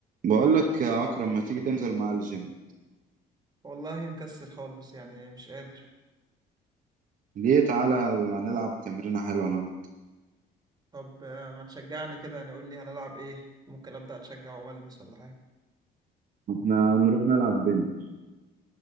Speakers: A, on the right; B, on the right.
A: بقول لك يا أكرم ما تيجي تنزل معايا الجيم
B: والله مكسل خالص يعني مش قادر
A: ليه تعالى نلعب تمرينة حلوة أنا وأنت
B: طب آه، ما تشجعني كده يعني قول لي هنلعب ايه ممكن ابدا اتشجع وأقوم ألبس ولا حاجه
A: احنا هنروح نلعب بنش